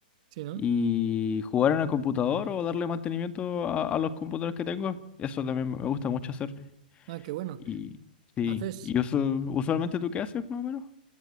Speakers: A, on the right (about 50°); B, on the left (about 25°).
A: Sí, ¿no?
B: Y jugar en el computador o darle mantenimiento a, a los computadores que tengo, eso también me gusta mucho hacer.
A: Ah, qué bueno.
B: Y sí,
A: ¿Haces?
B: y usu- usualmente tú qué haces más o menos?